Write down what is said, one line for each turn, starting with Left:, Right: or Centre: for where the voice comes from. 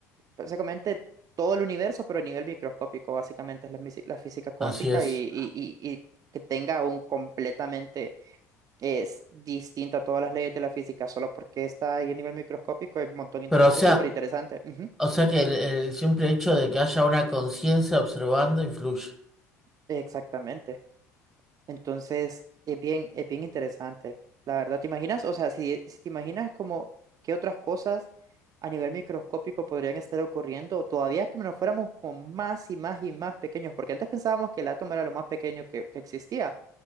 Right: básicamente todo el universo, pero a nivel microscópico, básicamente es la, misi- la física cuántica
Centre: así es.
Right: y, y- y- y que tenga un completamente es distinta a todas las leyes de la física, solo porque está ahí a nivel microscópico, es un montón inter-
Centre: Pero o
Right: es
Centre: sea,
Right: súper interesante. Ujú,
Centre: o sea que el, el simple hecho de que haya una conciencia observando influye.
Right: Exactamente. Entonces, es bien, es bien interesante. La verdad, ¿te imaginas? O sea, si, si te imaginas como qué otras cosas a nivel microscópico podrían estar ocurriendo, todavía que nos fuéramos como más y más y más pequeños, porque antes pensábamos que el átomo era lo más pequeño que, que existía.